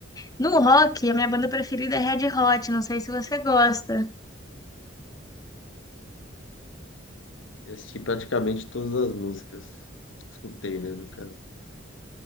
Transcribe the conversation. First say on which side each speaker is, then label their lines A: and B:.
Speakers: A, on the left (about 20°); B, on the left (about 70°).
A: No rock, a minha banda preferida é Red Hot, não sei se você gosta.
B: Eu assisti praticamente todas as músicas. Escutei, né, no caso.